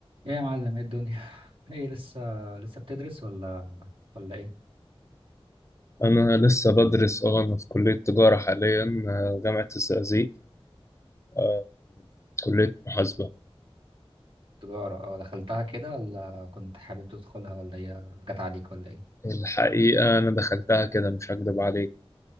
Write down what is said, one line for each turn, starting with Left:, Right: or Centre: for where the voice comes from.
Right: ايه يا معلم ايه الدنيا <laughs> ايه لسه لسه بتدرس ولا ولا ايه
Left: أنا لسه بدرس أه أنا في كلية تجارة حاليا آه، جامعة الزقازيق آه، كلية محاسبة
Right: تجارة اه دخلتها كده ولا كنت حابب تدخلها ولا هي جت عليك ولا ايه
Left: الحقيقة أنا دخلتها كده مش هكدب عليك